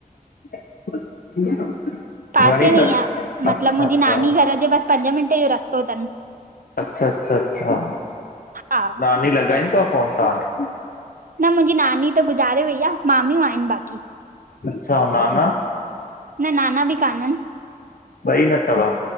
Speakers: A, on the left (about 80°); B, on the right (about 70°).
A: <unintelligible>
B: पासे में
A: त
B: ई
A: अच्छा
B: आ मतलब मुंहिंजी
A: अच्छा
B: नानी घर जे बस पंज मिंट जो रस्तो तन।
A: अच्छा अच्छा अच्छा
B: हा
A: नानी लॻाईदी तव फोन तव्हां खे?
B: न मुंहिंजी नानी त गुज़ारे वई आ। मामियूं आहिन बाकी।
A: अच्छा ऐं नाना
B: न नाना बि कान्ह अन।
A: ॿई न तव?